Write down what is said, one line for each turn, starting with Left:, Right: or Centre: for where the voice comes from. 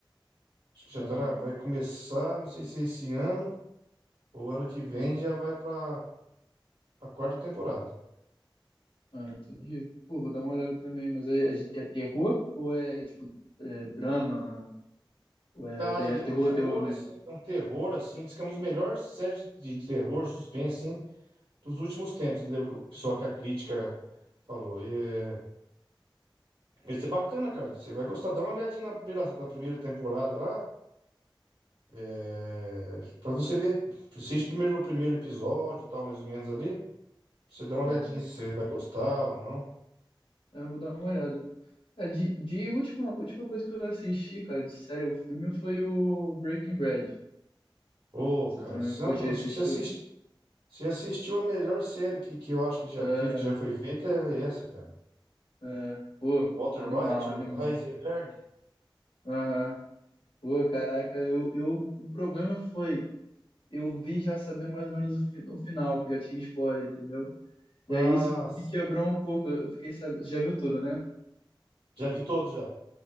Right: Acho que já
Left: Ah,
Right: tá na- vai começar, não sei se é esse ano ou ano que vem já vai pra para quarta temporada.
Left: ah, entendi. Pô, vou dar uma olhada também, mas é, é, de- é terror ou é tipo é drama? Ou é
Right: Ah,
Left: ter-
Right: ele
Left: é
Right: é
Left: terror,
Right: um terror,
Left: terror mesmo?
Right: assim, é um terror, assim, diz que é um dos melhores séries de, de terror, suspense, assim, dos últimos tempos, entendeu? Que o pessoal que a crítica falou. E, é, esse é bacana, cara, você vai gostar, dá uma olhadinha na primeira, na primeira temporada lá, é, pra você ver. Assiste primeiro o primeiro episódio, e tal, mais ou menos ali, pra você dá uma
Left: Uhum.
Right: olhadinha se você vai gostar ou não.
Left: Eu vou dar uma olhada. É, de de última, última coisa que eu assisti, cara, de série ou filme, foi o Breaking Bad.
Right: Ô,
Left: Você
Right: cara,
Left: também
Right: você-
Left: curte esse
Right: acho que
Left: estilo?
Right: você, assist- você assistiu a melhor série que, que eu acho que já
Left: É,
Right: teve, que já foi feita, é essa, cara.
Left: é, pô,
Right: Walter
Left: animal,
Right: White,
Left: animal.
Right: o Heisenberg.
Left: Aham. Pô, caraca, eu, eu, o problema foi, eu vi já sabendo mais ou menos o, fi- o final, que já tinha spoiler, entendeu? E
Right: Ah,
Left: aí isso me quebrou um pouco. Eu fiquei sabendo, já viu tudo, né?
Right: já vi todo já.